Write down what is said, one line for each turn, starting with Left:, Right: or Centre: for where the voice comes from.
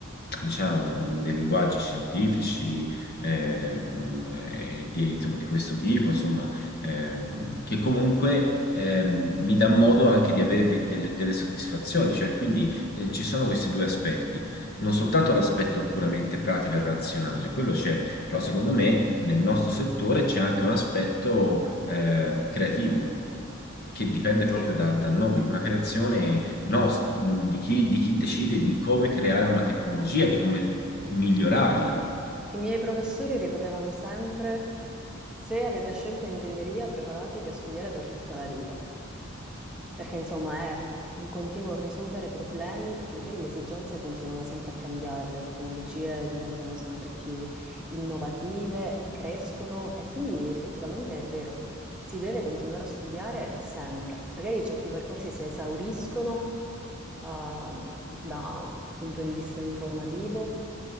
Left: diciamo, un- dei linguaggi scientifici eh, mh, eh, di, insomma, di questo tipo, insomma, ehm, che comunque ehm, mi dà modo anche di avere de- delle, delle soddisfazioni, cioè quindi eh, ci sono questi due aspetti, non soltanto l'aspetto puramente pratico e razionale, quello c'è, però secondo me nel nostro settore c'è anche un aspetto eh, creativo che dipende
Centre: Sì.
Left: proprio da, da noi, una creazione nos- di chi, di chi decide di come creare una tecnologia, di come migliorarla.
Centre: I miei professori ripetevano sempre... Se avete scelto ingegneria, preparatevi a studiare per tutta la vita, perché insomma è un continuo risolvere problemi, perché magari le esigenze continuano sempre a cambiare, le tecnologie diventano sempre più innovative e crescono e quindi effettivamente è vero, si deve continuare a studiare sempre. Magari certi percorsi si esauriscono, ehm, da un punto di vista informativo.